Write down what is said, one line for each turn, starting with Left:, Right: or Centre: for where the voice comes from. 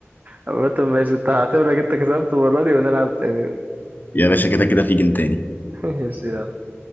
Right: عامة ماشي انت هعتبرك انت كسبت المرة دي ونلعب تاني بقى.
Left: يا باشا كده كده في جنتاني
Right: <laughs> ماشي يلا